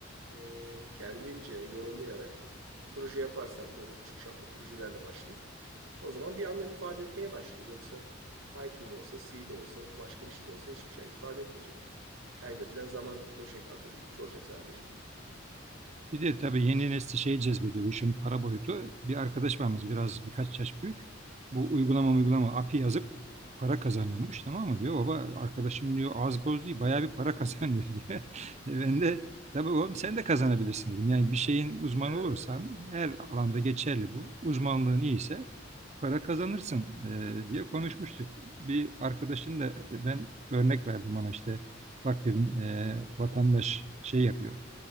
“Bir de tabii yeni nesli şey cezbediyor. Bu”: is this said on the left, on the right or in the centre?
Right